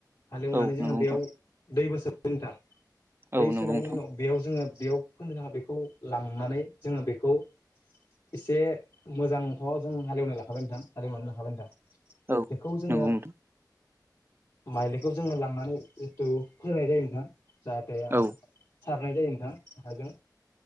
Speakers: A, on the left; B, on the right.
A: हालेवनानै
B: औ
A: जोङो
B: नंगौ
A: बेयाव
B: नोंथां
A: दैबो सोबयो नोंथां।
B: औ
A: दै
B: नंगौ
A: सोनायनि
B: नोंथां
A: उनाव बेयाव जोङो बेयाव फोनो बेखौ लांनानै जोङो बेखौ एसे मोजांथ' जों हालेवना लाखाबाय नोंथां। हालेवनानै होखाबाय नोंथां।
B: औ
A: बेखौ जोङो
B: नंगौ नोंथां
A: माइज्लिखौ जोङो लांनानै जिथु फोनाय जायो नोंथां जाहाथे
B: औ
A: आस्रा सारनाय जायो नोंथां आखायजों